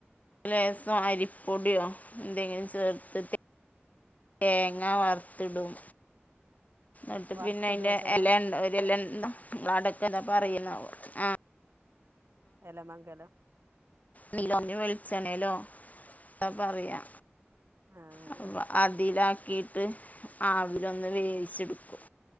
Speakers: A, on the left; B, on the right.
A: രസോ അരിപ്പൊടിയോ എന്തെങ്കിലും ചേർത്തിട്ട് തേങ്ങ വറുത്തിടും എന്നിട്ട്
B: വറുത്തിടേക്കാരം
A: പിന്നെ അയിന്റെ എല ണ്ട ഒരു എല ണ്ടോ നിങ്ങളടക്ക എന്നാ പറയുന്നാവോ ആ
B: എല മംഗലം
A: നീലന്നു വെളിച്ചണേലോ അപ്പറയാ
B: ആ
A: അ
B: ആ
A: അതിലാക്കിയിട്ട് ആവിലൊന്ന് വേവിച്ചെടുക്കും.